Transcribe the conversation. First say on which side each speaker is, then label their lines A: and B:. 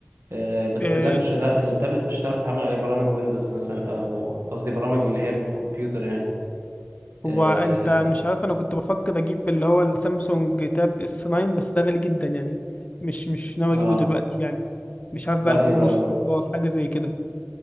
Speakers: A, on the right; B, on the left.
A: آه، بس
B: آه،
A: اللاب مش هتا... التابلت مش هتعرف تحمل عليه برامج ويندوز مثلا او قصدي برامج اللي هي الكمبيوتر يعني
B: هو
A: اه,
B: انت مش عارف انا كنت بفكر اجيب اللي هو السامسونج تاب اس 9 بس ده غالي جدا يعني مش مش ناوي
A: آه.
B: اجيبه دلوقتي يعني مش عارف بقى
A: لا
B: 1000
A: يبقى
B: ونص دولار حاجه زي كده